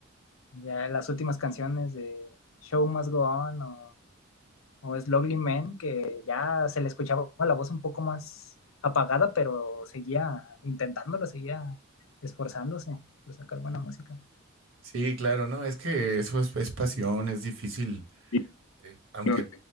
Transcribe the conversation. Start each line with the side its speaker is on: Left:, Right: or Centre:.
Left: Ya las últimas canciones de Show Must Go On o, o Slowly Man, que ya se le escuchaba la voz un poco más apagada, pero seguía intentándolo, seguía esforzándose por sacar buena música.
Right: Sí, claro, no, es que eso es, es pasión, es difícil.
Left: Y
Right: eh, Aunque
Left: los-